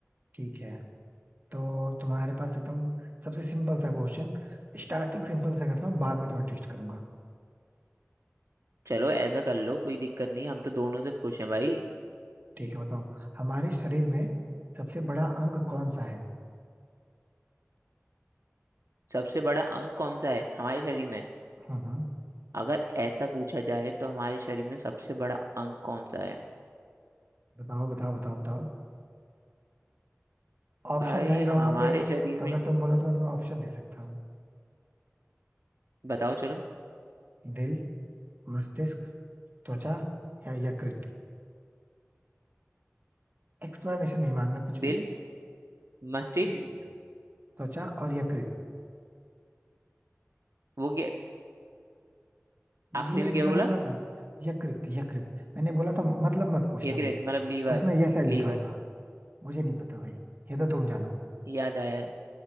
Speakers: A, on the right; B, on the right.
A: ठीक है तो तुम्हारे पास एकदम सबसे सिंपल सा क्वेश्चन स्टार्टिंग सिंपल सा करता हूँ बाद में तुम्हें ट्विस्ट करूंगा
B: चलो ऐसा कर लो कोई दिक्कत नहीं हम तो दोनों से खुश हैं भाई
A: ठीक है बताओ हमारे शरीर में सबसे बड़ा अंग कौन सा है
B: सबसे बड़ा अंग कौन सा है हमारे शरीर में
A: हम्म हम्म,
B: अगर ऐसा पूछा जाए तो हमारे शरीर में सबसे बड़ा अंग कौन सा है
A: बताओ बताओ बताओ बताओ ऑप्शन
B: भाई
A: रहेगा वहां
B: हमारे
A: पे तो
B: शरीर में
A: अगर तुम बोलो तो मैं तुम्हें ऑप्शन दे सकता हूँ
B: बताओ चलो
A: दिल मस्तिष्क त्वचा या यकृत एक्सप्लेनेशन नहीं मांगना कुछ भी
B: दिल मस्तिष्क
A: ये त्वचा और यकृत
B: वो क्या
A: मुझे
B: आखिरी
A: ये
B: में
A: ये
B: क्या
A: मैंने
B: बोला
A: बोला था यकृत यकृत मैंने बोला था मतलब मत पूछना
B: यकृत
A: भाई
B: मतलब लीवर
A: उसमें यस आई लिखा
B: लीवर
A: होगा मुझे नहीं पता भाई ये तो तुम जानो
B: याद आया